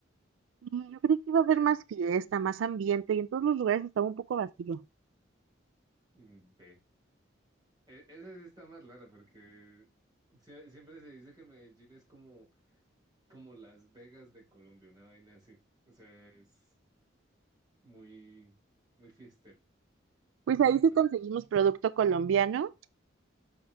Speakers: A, on the right; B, on the right.
A: Y yo creí que iba a haber más fiesta, más ambiente, y en todos los lugares estaba un poco vacío.
B: Mm, Ve. E- esa sí está más rara porque Sie- Siempre se dice que Medellín es como como Las Vegas de Colombia, una vaina así. O sea, es muy, muy fiestero.
A: Pues ahí sí
B: Bueno,
A: conseguimos producto colombiano,